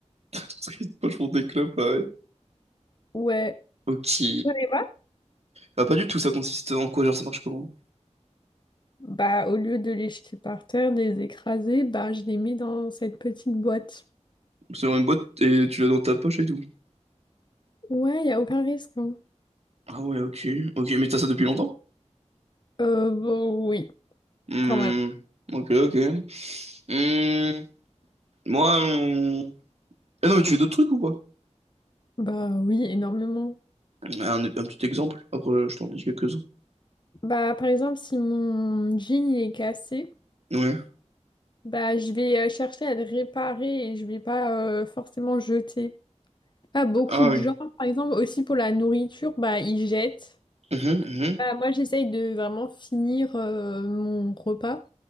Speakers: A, on the right; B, on the left.
A: <laughs> Moi, je prends des clubs, ah ouais.
B: Ouais.
A: Ok.
B: Tu connais pas?
A: Ah, pas du tout, ça consiste en quoi? Genre, ça marche comment?
B: Bah, au lieu de les jeter par terre, de les écraser, bah, je les mets dans cette petite boîte.
A: C'est dans une boîte et tu l'as dans ta poche et tout.
B: Ouais, y a aucun risque. hein.
A: Ah ouais, ok. Ok, mais t'as ça depuis longtemps?
B: Euh, bon, oui,
A: Hmm.
B: quand même.
A: Ok, ok. Hmm. Moi, on- Ah non, mais tu fais d'autres trucs ou pas?
B: Bah oui, énormément.
A: Un, un petit exemple, après je t'en dis quelques-uns.
B: Bah, par exemple, si mon jean il est cassé,
A: Ouais.
B: bah, je vais euh, chercher à le réparer et je vais pas euh, forcément jeter. Pas beaucoup
A: Ah
B: de
A: oui.
B: gens, par exemple, aussi pour la nourriture, bah, ils jettent.
A: Mhm,
B: Bah, moi, j'essaye de vraiment finir euh, mon repas